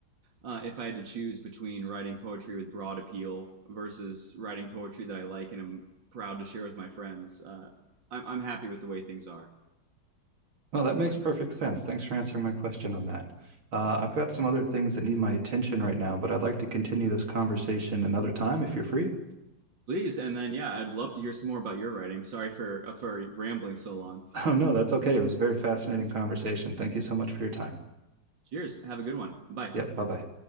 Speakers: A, on the right; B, on the right.
A: uh, if I had to choose between writing poetry with broad appeal versus writing poetry that I like and am proud to share with my friends, uh, I'm I'm happy with the way things are.
B: Well, that makes perfect sense. Thanks for answering my question on that. Uh, I've got some other things that need my attention right now, but I'd like to continue this conversation another time if you're free. <laughs>
A: Please, and then yeah, I'd love to hear some more about your writing. Sorry for uh, for rambling so long.
B: Oh, no, that's okay. It was a very fascinating conversation. Thank you so much for your time.
A: Cheers. Have a good one. Bye.
B: Yep, bye-bye.